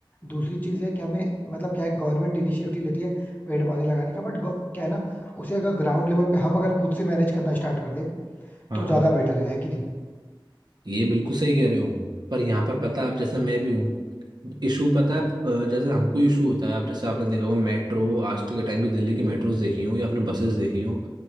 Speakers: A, on the left; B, on the right.
A: दूसरी चीज है कि हमें मतलब क्या है गवर्नमेंट इनिशिएटिव लेती है पेड़ पौधे लगाने का बट क्या है ना उसे अगर ग्राउंड लेवल पे हम अगर खुद से मैनेज करना स्टार्ट कर दें
B: हाँ
A: तो ज्यादा
B: हाँ
A: बेटर है, है कि नहीं
B: ये बिल्कुल सही कह रहे हो पर यहाँ पर पता है आप जैसे मैं भी हूँ इशू पता है अ, जैसे हमको इशू होता है अब जैसे आपने देखा होगा मेट्रो आज के टाइम की दिल्ली की मेट्रोज देखी हो या आपने बसेस देखी हो